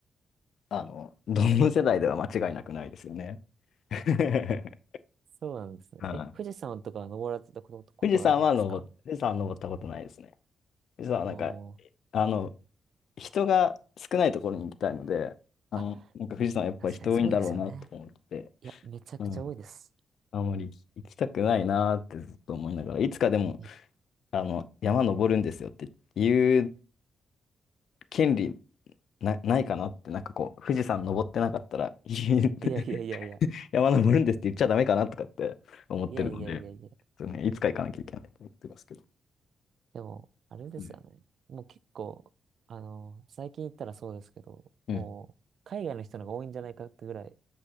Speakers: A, on the left; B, on the right.
A: あの、どの世代では間違いなくないですよね。<laughs>
B: そうなんですね。
A: うん。
B: え、富士山とかは登られたこと、ことはあるんですか
A: 富士山は登っ、富士山は登ったことないですね。富士山はなんか、
B: おー、
A: あの、人が少ないところに行きたいので、あの、
B: あ、
A: なんか富士山はやっぱ人多いんだろうなと思って、
B: 確かにそうですよね。いや、めちゃくちゃ多いです。
A: うん。あんまり行きたくないなってずっと思いながら、いつかでも、
B: いい
A: あの、山登るんですよって言う権利な、ないかなって、なんかこう、富士山登ってなかったら言う <laughs>、
B: <laughs> いやいやいやいや。
A: 山登るんですって言っちゃダメかなとかって思ってるので、
B: いやいやいやいや。
A: そうね、いつか行かなきゃいけないと思ってますけど。
B: でも、あれですよね。
A: うん。
B: もう結構、あの、最近行ったらそうですけど、
A: うん
B: もう、海外の人の方が多いんじゃないかってぐらい、